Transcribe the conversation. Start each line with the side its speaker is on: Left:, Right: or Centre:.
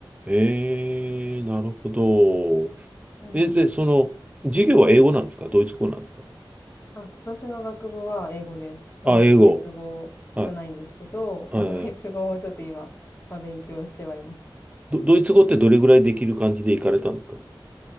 Right: ええなるほど。
Left: うんうん。
Right: え、で、その、授業は英語なんですかドイツ語なんですか
Left: あ、私の学部は英語です。なのでドイツ語じゃないんですけど、
Right: あ、英語。はい。
Left: まあドイツ語もちょっと今、
Right: えー
Left: まあ勉強してはいます。
Right: ど、ドイツ語ってどれぐらいできる感じで行かれたんですか